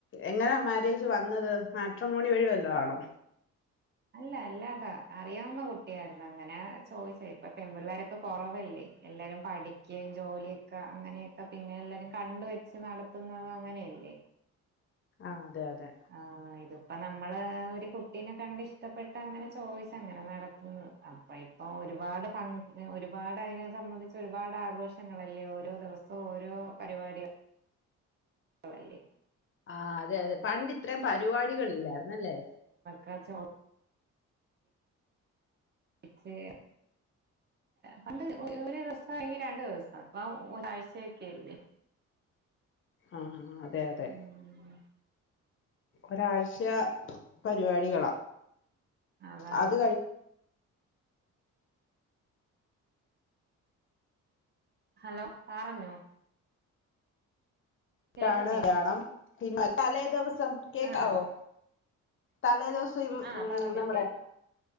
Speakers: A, on the left; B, on the right.
A: എങ്ങനാ മാരേജ് വന്നത് മാട്രിമോണി വഴിവല്ലോ ആണോ
B: അല്ല അല്ലാതാ അറിയാവുന്ന കുട്ടിയായിരുന്നു അങ്ങനെ ചോയ്ച്ചാ ഇപ്പൊ പെൺപിള്ളോരൊ ക്കെ കൊറവല്ലേ എല്ലാരും പഠിക്കെയും ജോലിയൊക്കെ അങ്ങനെയൊക്കെ പിന്നെ എല്ലാരും കണ്ട് വ ച്ച് നടത്തുന്നുന്നത് അങ്ങനെയല്ലേ
A: ആഹ് അതെ അതെ
B: ആ ഇതിപ്പോ നമ്മള് ഒരു കുട്ടീനെ കണ്ട് ഇഷ്ടപ്പെട്ട് അങ്ങനെ ചോയ്ച്ച് അങ്ങനെ നടത്തുന്നത് അപ്പൊ ഇപ്പൊ ഒരുപാട് ഫ ഒരുപാട് അതിനെ സംബന്ധിച്ച് ഒരുപാട് ആഘോഷങ്ങളല്ലേ ഓരോ ദിവസം സൊ ഓരോ പരിപാടിക ളല്ലെ
A: ആ അതെ അതെ പണ്ട് ഇത്രെം പരിപാടികള് ഇല്ലായിരുന്നല്ലേ
B: കച്ചൊ ഇച്ചെ പണ്ട് ഒരു ദിവസം അല്ലെങ്കി രണ്ടു ദിവസം ഇപ്പം ഒരാഴ്ചയൊക്കെല്ലേ
A: ആഹ് അതെ അതെ
B: ഉം
A: ഒരാഴ്ച പരിപാടികളാ
B: അതാണ്
A: അത്
B: ഹലോ പറഞ്ഞോ കേക്കുന്നില്ലേ
A: യാണ് യാണം പിന്നെ തലേ ദിവസം കേക്കാവോ
B: ആഹ്
A: തലേ ദിവസം ഇപ്പ
B: ആഹ്
A: മ്
B: പറഞ്ഞോ
A: നമ്മുടെ
B: കേക്കാം